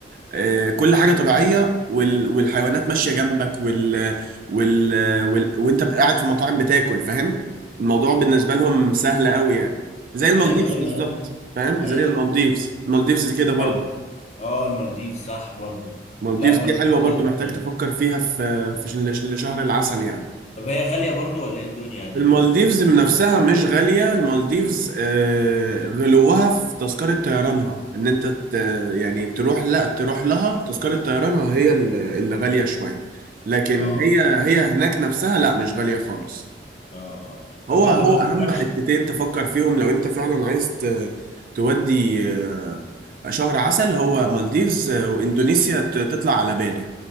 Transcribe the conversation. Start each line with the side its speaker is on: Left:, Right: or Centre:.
Right: آه، كل حاجة طبيعية وال... والحيوانات ماشية جنبك وال... وال... وال... وأنت قاعد في مطاعم بتاكل فاهم الموضوع بالنسبة لهم سهل قوي يعني زي المالديفز
Left: ايوه ايوه
Right: بالظبط
Left: ايوه ايوه
Right: فاهم
Left: ايوه,
Right: زي المالديفز
Left: أيوة. أيوة.
Right: المالديفز كده برضه
Left: لو اه المالديف صح برضو
Right: المالديفز
Left: لا المالديف
Right: دي حلوة
Left: برضو
Right: برضو
Left: في
Right: محتاج
Left: دماغي
Right: تفكر فيها في في ش- لشهر العسل يعني
Left: طب هي غالية برضو ولا ايه الدنيا يعني
Right: المالديفز
Left: البودجت
Right: من نفسها
Left: بتاعها؟
Right: مش غالية المالديفز آه، غلوها في تذكرة طيرانها ان انت ت- يعني تروح لا تروح لها تذكرة طيرانها هي ال- اللي غالية شوية لكن
Left: اه
Right: هي هي هناك نفسها لا مش غالية خالص
Left: اه اه طب
Right: هو
Left: انت
Right: هو
Left: ما بتفكرش
Right: اهم حتتين تفكر فيهم لو انت فعلا عايز ت- تودي آه، شهر عسل هو مالديفز آه، واندونيسيا ت- تطلع على بالي